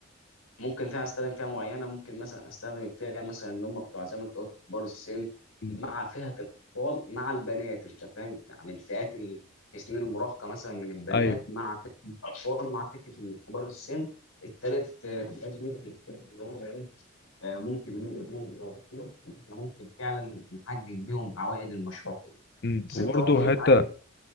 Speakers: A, on the left; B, on the left.
A: ممكن فيها استخدم فئه معينه ممكن مثلا استخدم الفئه مثلا اللي هم بتوع زي ما انت قلت كبار السن
B: امم
A: مع فئه الاطفال مع البنات انت فاهم يعني الفئات اللي في سنين المراهقه مثلا من البنات
B: ايوه
A: مع فئه الاطفال مع فئه كبار السن الثلاث فئات دول في الكتاب اللي هم ايه آه، ممكن إحنا ممكن فعلا نحقق بيهم عوائد المشروع
B: امم
A: بس
B: وبرضه
A: انت برضه ايه
B: حته
A: عايز